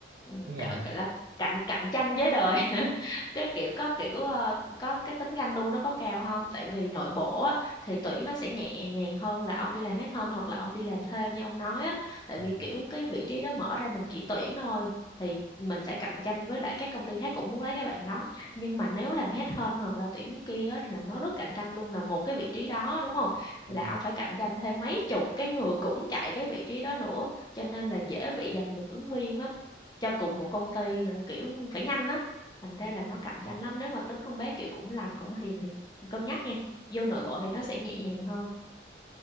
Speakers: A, on the left; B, on the right.
A: ừ,
B: nước ngoài
A: cả- cả là cạnh cạnh tranh với đời <laughs> cái kiểu có kiểu ờ, có cái tính ganh đua nó có cao không tại vì nội bộ á, thì tuyển nó sẽ nhẹ nhàng hơn là ông đi làm hết hơn hoặc là ông đi làm thêm như ông nói á tại
B: ừ.
A: vì kiểu cái vị trí đó mở ra mình chỉ tuyển thôi thì mình sẽ cạnh tranh với lại các công ty khác cũng muốn lấy cái bạn đó nhưng mà nếu làm headhunt hoặc là tuyển kia á, là nó rất cạnh tranh luôn là một cái vị trí đó đúng không
B: Ừ.
A: là ông phải cạnh tranh thêm mấy chục cái người cũng chạy cái vị trí đó nữa cho nên là dễ bị giành giật ứng viên lắm cho cùng một công ty rồi kiểu phải nhanh á thành ra là nó cạnh
B: Ừ.
A: tranh lắm nếu mà tính con bé kiểu cũng lành cũng hiền thì cân nhắc nha vô nội bộ thì nó sẽ nhẹ nhàng hơn